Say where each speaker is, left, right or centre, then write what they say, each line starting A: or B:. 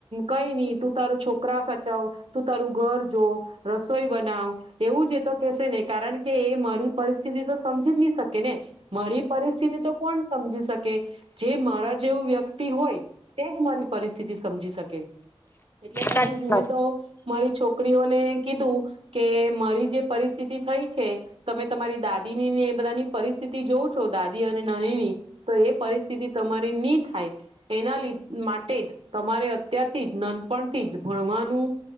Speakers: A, on the right; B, on the left.
A: કઈ નઈ તું તારો છોકરા સાચાવ તું તારું ઘર જો રસોઈ બનાવ એવું જ એ તો કેહેશે ને કારણ કે એ પરિસ્થિતિ તો સમજી જ નહી શકે ને મારી પરિસ્થિતિ તો કોણ સમજી કે જે મારા જેવું વ્યક્તિ હોય તે જ મારી પરિસ્થિતિ સમજી શકે એટલે પછી
B: સાચી
A: હું
B: વાત
A: એ <unintelligible>
B: છે
A: મારી છોકરીઓને કીધું કે મારી જે પરિસ્થિતિ થઈ છે તમે તમારી દાદીનીને એ બધાની પરિસ્થિતિ જોવ છો દાદી અને નાનીની તો એ પરિસ્થિતિ તમારી નની થાય એના લીધે. માટે જ તમારે અત્યારથી જ નાનપણથી જ ભણવાનું